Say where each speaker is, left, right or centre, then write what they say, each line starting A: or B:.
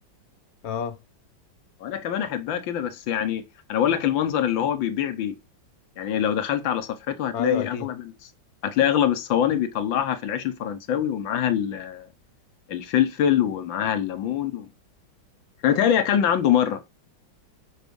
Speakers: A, on the left; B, on the left.
A: اه
B: وانا كمان احبها كده بس يعني انا بقول لك المنظر اللي هو بيبيع بيه يعني لو دخلت على صفحته هتلاقي
A: ايوه اكيد
B: اغلب ال... هتلاقي اغلب الصواني بيطلعها في العيش الفرنساوي ومعاها ال- الفلفل ومعاها الليمون و... احنا بيتهيألي اكلنا عنده مره